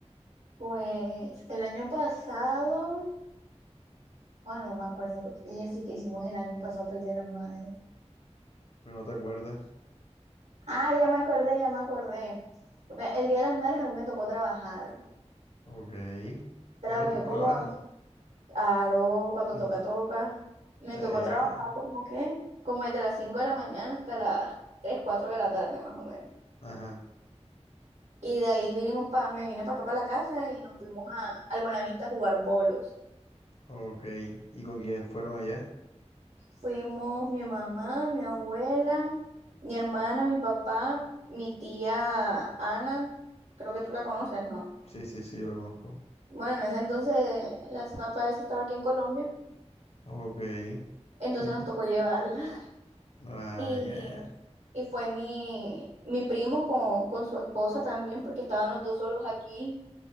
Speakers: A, on the right; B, on the left.
A: Pues el año pasado, bueno, no me acuerdo, ella sí que hicimos el año pasado para el Día de las Madres.
B: Pero no te acuerdas.
A: Ah, ya me acordé, ya me acordé. Pues, El Día de las Madres a mí me tocó trabajar.
B: Ok.
A: Trabajé
B: Ah, ¿Y tú trabajas?
A: como, Claro, cuando
B: <laughs>
A: toca, toca. Me
B: Está
A: tocó
B: bien,
A: trabajar
B: está bien.
A: como que, como desde las 5 de la mañana hasta las 3 4 de la tarde más o menos.
B: Ajá.
A: Y de ahí vinimos pa, me vine para acá para la casa y nos fuimos a, al Buenavista a jugar bolos.
B: Ok. ¿Y con quién fueron allá?
A: Fuimos mi mamá, mi abuela, mi hermana, mi papá, mi tía Ana, creo que tú la conoces, ¿no?
B: Sí, sí, sí, yo la conozco.
A: Bueno, en ese entonces la zapa esa estaba aquí en Colombia,
B: Ok.
A: entonces
B: <laughs>
A: nos tocó llevarla.
B: Ah,
A: Y,
B: ya, ya.
A: y fue mi, mi primo con, con su esposa también, porque estaban los dos solos aquí